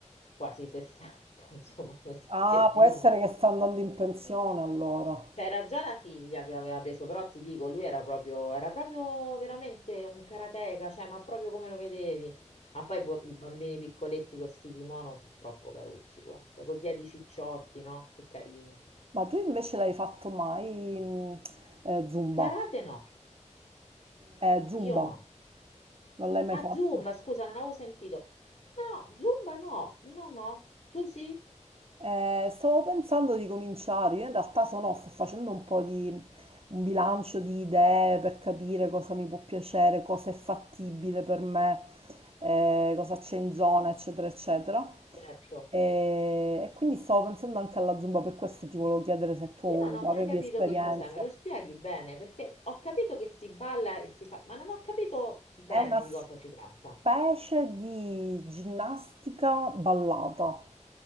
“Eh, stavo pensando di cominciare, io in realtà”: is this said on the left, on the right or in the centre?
Right